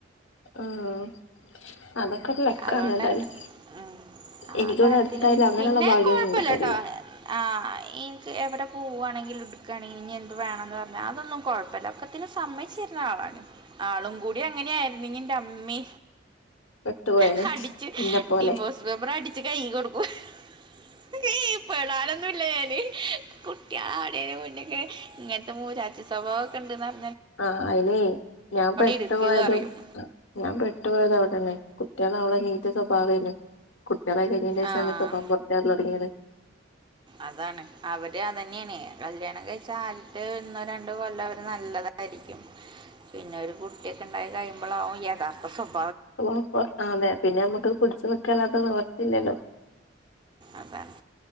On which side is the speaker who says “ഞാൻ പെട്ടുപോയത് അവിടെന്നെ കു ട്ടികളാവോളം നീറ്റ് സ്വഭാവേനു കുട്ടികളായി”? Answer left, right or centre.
Left